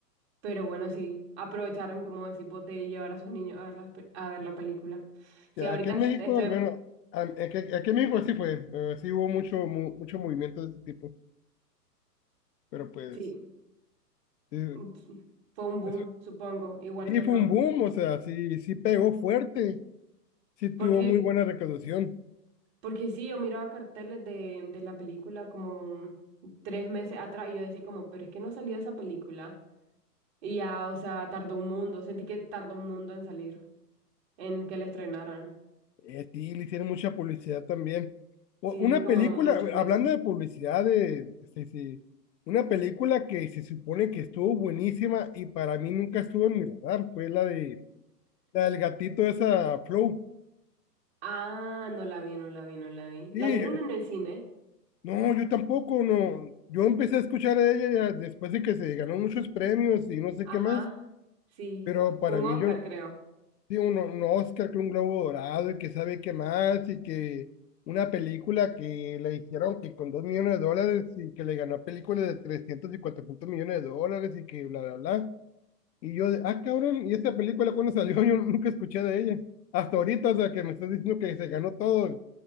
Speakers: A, on the right; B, on the left.
A: Pero bueno, sí, aprovecharon, como decís vos, de llevar a sus niños a ver la, pe- a ver la película. Sí,
B: Ya,
A: ahorita
B: aquí en
A: es-
B: México,
A: este,
B: al menos, a- aquí, aquí en México sí fue, eh, sí hubo mucho, mu- mucho movimiento de ese tipo. Pero pues,
A: sí,
B: eh,
A: mm, sí, fue un boom,
B: eso-
A: supongo, igual
B: sí
A: que acá.
B: fue un boom, o sea, sí, sí pegó fuerte, sí tuvo
A: Porque,
B: muy buena recaudación.
A: porque sí, yo miraba carteles de, de la película como tres meses atrás y yo decía como, pero es que no ha salido esa película. Y ya, o sea, tardó un mundo, sentí que tardó un mundo en salir, en que la estrenaran.
B: Eh, sí, le hicieron mucha publicidad también. O-
A: Sí,
B: Una
A: como
B: película,
A: muchos meses.
B: hablando de publicidad, de, sí, sí, una película que se supone que estuvo buenísima y para mí nunca estuvo en mi radar, fue la de la del gatito esa Flow.
A: Ah, no la vi, no la vi, no la vi.
B: Sí,
A: La dieron
B: yo- yo-
A: en el cine.
B: no, yo tampoco, no. Yo empecé a escuchar a ella ya después de que se ganó muchos premios y no sé
A: Ajá,
B: qué más,
A: sí,
B: pero para
A: un
B: mí
A: Oscar
B: yo, no,
A: creo.
B: Sí, un, un Oscar, que un Globo Dorado y que sabe qué más, y que una película que le hicieron que con dos millones de dólares y que le ganó a películas de 300 y 400 millones de dólares y que bla, bla, bla. Y yo, de, ah, cabrón, ¿y esta película cuando salió? <laughs> Yo nunca escuché de ella. Hasta ahorita, o sea, que me estás diciendo que se ganó todo,